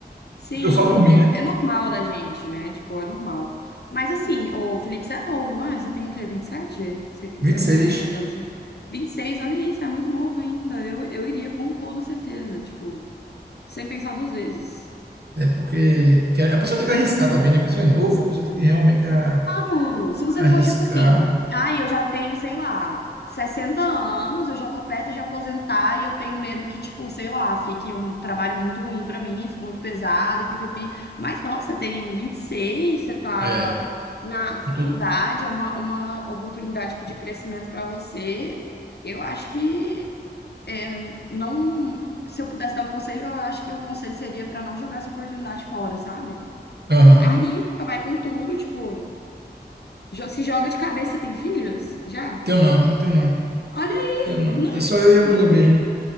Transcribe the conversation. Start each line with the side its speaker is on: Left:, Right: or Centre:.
Left: Sim,
Right: Eu falo por mim,
Left: é,
Right: né?
Left: é normal da gente, né? Tipo, é normal. Mas assim, o Felipe, você é novo, não é? Você tem o quê? 27? Você,
Right: vinte
Left: eu não
Right: e seis
Left: lembro quantos anos você tem. vinte e seis olha isso, é muito novo ainda. Eu, eu iria com toda certeza, tipo, sem pensar duas vezes.
Right: É porque quer- a pessoa tem que arriscar também, né? A pessoa é novo, a pessoa tem que realmente a-
Left: Mano, se você
Right: arriscar.
Left: for tipo assim, ai, eu já tenho, sei lá, 60 anos, eu já tô perto de aposentar e eu tenho medo que, tipo, sei lá, fique um trabalho muito ruim pra mim, fique muito pesado e pipipi. Mas não, você tem 26, você tá
Right: É,
Left: na, na
Right: com
Left: faculdade,
Right: todo.
Left: é uma, uma oportunidade, tipo, de crescimento pra você. Eu acho que é, não. Se eu pudesse dar um conselho, eu acho que o conselho seria pra não jogar essa oportunidade fora, sabe?
Right: Aham.
Left: Arrisca, vai com tudo, tipo. Já se joga de cabeça, tem filhos? Já?
Right: Teu não, teu não,
Left: Olha aí!
Right: teu não.
Left: Nossa!
Right: É só eu e a mulher mesmo.